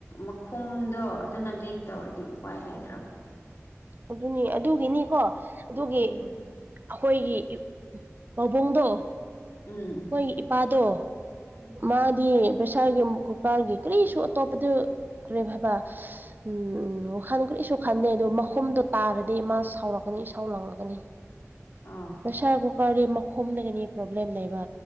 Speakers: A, on the left; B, on the right.
A: ꯃꯈꯨꯝꯗꯣ ꯑꯗꯨꯅ ꯂꯤꯛ ꯇꯧꯔꯗꯤ ꯎꯄꯥꯏ ꯂꯩꯇꯔꯕ
B: ꯑꯗꯨꯅꯤ ꯑꯗꯨꯒꯤꯅꯤꯀꯣ ꯑꯗꯨꯒꯤ
A: ꯎꯝ
B: ꯑꯩꯈꯣꯏꯒꯤ ꯄꯥꯕꯨꯡꯗꯣ
A: ꯎꯝ
B: ꯍꯣꯏ ꯏꯄꯥꯗꯣ
A: ꯎꯝ
B: ꯃꯥꯗꯤ ꯄ꯭ꯔꯦꯁꯥꯔꯒꯤ ꯀꯨꯀꯔꯒꯤ ꯀꯔꯤꯁꯨ ꯑꯇꯣꯞꯄꯗꯨ ꯀꯔꯤ ꯍꯥꯏꯕ ꯎꯝ ꯋꯥꯈꯟ ꯀꯔꯤꯁꯨ ꯈꯟꯗꯦ ꯑꯗꯣ ꯃꯈꯨꯝꯗꯣ ꯇꯥꯔꯗꯤ ꯃꯥ ꯁꯥꯎꯔꯛꯀꯅꯤ ꯏꯁꯩ ꯂꯥꯡꯂꯛꯀꯅꯤ
A: ꯑ
B: ꯄꯩꯁꯥꯔ ꯀꯨꯀꯥꯗꯤ ꯃꯈꯨꯝꯅ ꯍꯦꯟꯅ ꯄ꯭ꯔꯣꯕ꯭ꯂꯦꯝ ꯂꯩꯕ